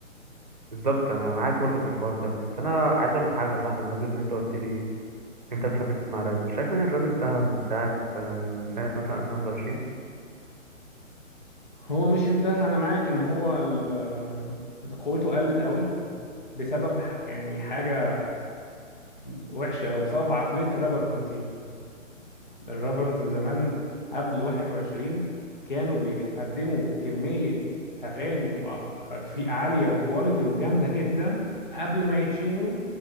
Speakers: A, on the right; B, on the left.
A: بالظبط انا معاك برضو في الحوار ده بس انا عايز اقول لك حاجه صح بمناسبه ان انت قلت لي إن انت بتحب تسمع راب مش شايف ان الراب انتهى من ساعه من سنه مثلا 2021
B: هو مش انتهى انا معاك ان هو ال... قوته قلت قوي بسبب ح... يعني حاجة وحشة وبسبب عقلية الرابرز نفسهم الرابرز زمان قبل 21 كانوا بيقدموا كمية أغاني وأ- في عالية وكواليتي وجامدة جدا قبل ما يتشهروا